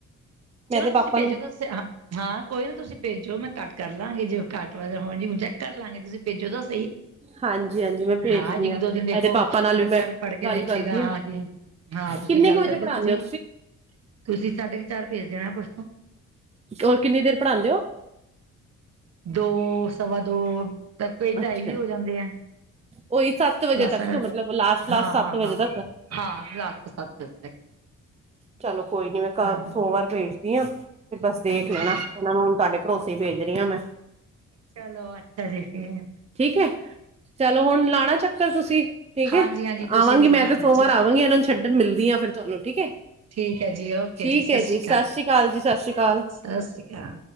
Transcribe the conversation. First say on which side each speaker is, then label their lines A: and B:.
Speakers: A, on the right; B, on the right.
A: ਚਲੋ
B: ਮੈਂ ਤੇ
A: ਤੁਸੀਂ
B: ਪਾਪਾ
A: ਭੇਜੋ
B: ਨੂੰ
A: ਤਾਂ ਹਾਂ। ਹਾਂ ਕੋਈ ਨਾ ਤੁਸੀਂ ਭੇਜੋ ਮੈਂ ਘੱਟ ਕਰ ਲਵਾਂਗੇ। ਜੇ ਘੱਟ ਵੱਧ ਹੋਣ ਜੀ ਹੁਣ ਚੈੱਕ ਕਰ ਲਾਂਗੇ ਤੁਸੀਂ ਭੇਜੋ ਤਾਂ ਸਹੀ।
B: ਹਾਂਜੀ ਹਾਂਜੀ ਮੈਂ ਭੇਜਦੀ
A: ਹਾਂ ਅੱਜ ਇੱਕ ਦੋ ਦਿਨ ਦੇਖੋ
B: ਇਹਦੇ ਪਾਪਾ ਨਾਲ
A: ਬੱਚਾ
B: ਮੈਂ
A: ਵੀ ਪੜ੍ਹ ਕੇ
B: ਗੱਲ
A: ਦੇਖੇਗਾ
B: ਕਰਦੀ
A: ਹਾਂ ਜੀ। ਹਾਂ ਤੁਸੀਂ
B: ਕਿੰਨੇ
A: ਗੱਲ
B: ਕੁ ਵਜੇ
A: ਕਰਕੇ
B: ਪੜ੍ਹਾਉਂਦੇ
A: ਤੁਸੀਂ
B: ਹੋ
A: ਤੁਸੀਂ ਸਾਢੇ ਕੁ ਚਾਰ ਭੇਜ ਦੇਣਾ ਪਰਸੋਂ।
B: ਹੋਰ ਕਿੰਨੀ ਦੇਰ ਪੜ੍ਹਾਉਂਦੇ ਹੋ?
A: ਦੋ ਸਵਾ ਦੋ ਤਾਂ ਕਈ ਢਾਈ
B: ਅੱਛਾ
A: ਵੀ ਹੋ ਜਾਂਦੇ ਆ।
B: ਉਹੀ ਸੱਤ ਵਜੇ
A: ਕਲਾਸਾਂ
B: ਤੱਕ
A: ਕਰਕੇ
B: ਮਤਲਬ ਲਾਸਟ ਲਾਸਟ
A: ਹਾਂ
B: ਸੱਤ
A: ਹਾਂ
B: ਵਜੇ
A: ਹਾਂ
B: ਤੱਕ
A: ਹਾਂ ਰਾਤ ਤੋਂ ਸੱਤ ਵਜੇ ਤੱਕ।
B: ਚਲੋ ਕੋਈ ਨਹੀਂ ਮੈਂ ਕ
A: ਹਾਂਜੀ
B: ਸੋਮਵਾਰ ਭੇਜ ਦੀ ਆਂ ਤੇ ਬੱਸ ਦੇਖ
A: ਹਾਂਜੀ
B: ਲੈਣਾ। ਇਹਨਾਂ ਨੂੰ ਹੁਣ ਤੁਹਾਡੇ ਭਰੋਸੇ ਹੀ ਭੇਜ ਰਹੀ ਹਾਂ ਮੈਂ।
A: ਚਲੋ ਅੱਛਾ ਜੀ ਠੀਕ ਐ।
B: ਠੀਕ ਹੈ ਚਲੋ ਹੁਣ ਲਾਉਣਾ ਚੱਕਰ ਤੁਸੀਂ ਠੀਕ
A: ਹਾਂਜੀ
B: ਹੈ
A: ਹਾਂਜੀ ਤੁਸੀਂ
B: ਆਵਾਂਗੀ
A: ਵੀ ਲਗਾਉਣਾ
B: ਮੈਂ ਤੇ ਸੋਮਵਾਰ
A: ਜੀ
B: ਆਵਾਂਗੀ ਇਹਨਾਂ ਨੂੰ ਛੱਡਣ ਮਿਲਦੀ ਹਾਂ ਫਿਰ। ਚਲੋ ਠੀਕ ਹੈ।
A: ਠੀਕ ਹੈ ਜੀ ਓਕੇ
B: ਠੀਕ ਹੈ
A: ਸ਼੍ਰੀ
B: ਜੀ ਸਤਿ ਸ੍ਰੀ ਅਕਾਲ ਜੀ, ਸਤਿ ਸ਼੍ਰੀ ਅਕਾਲ।
A: ਸਤਿ ਸ੍ਰੀ ਅਕਾਲ।